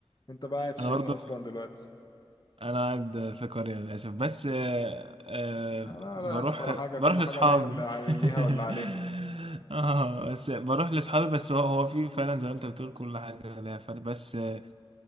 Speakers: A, on the left; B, on the right.
A: انت بقى قاعد فين
B: انا برضو
A: اصلا دلوقتي
B: انا قاعد في قرية للاسف بس آه، آه،
A: انا
B: بروح
A: للاسف على حاجه
B: بروح
A: كل
B: لاصحابي
A: حاجه ليها اللي علي- ليها
B: <laughs>
A: واللي عليها
B: اه بس بروح لاصحابي بس هو هو في فعلا زي ما انت بتقول كل حاجة ليها فرق بس آه،